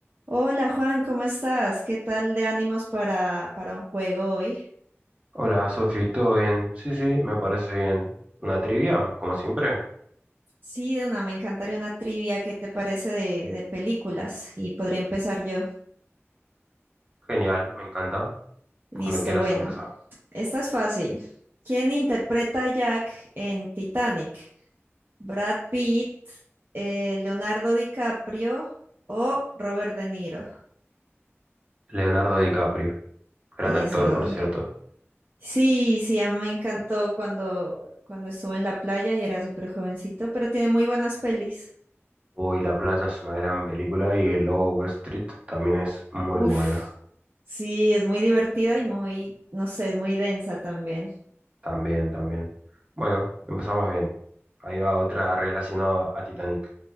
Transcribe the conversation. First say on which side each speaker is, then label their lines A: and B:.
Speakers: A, on the right; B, on the right.
A: Hola Juan, ¿cómo estás? ¿Qué tal de ánimos para, para un juego hoy?
B: Hola, Sofi, ¿todo bien? Sí, sí, me parece bien. ¿Una trivia? Como siempre.
A: Sí, de una, me encantaría una trivia. ¿Qué te parece de, de películas? Y podría empezar yo.
B: Genial, me encanta.
A: Listo,
B: Cuando quieras
A: bueno.
B: empezar.
A: Esta es fácil. ¿Quién interpreta a Jack en Titanic? ¿Brad Pitt, eh, Leonardo DiCaprio o Robert De Niro?
B: Leonardo DiCaprio, gran
A: Eso.
B: actor, por cierto.
A: Sí, sí, a mí me encantó cuando, cuando estuve en la playa y era súper jovencito, pero tiene muy buenas pelis.
B: Uy, La playa es una gran película y El Lobo de Wall Street también es muy
A: Uf,
B: buena.
A: sí, es muy divertida y muy, no sé, es muy densa también.
B: También, también. Bueno, empezamos bien. Ahí va otra relacionada a Titanic.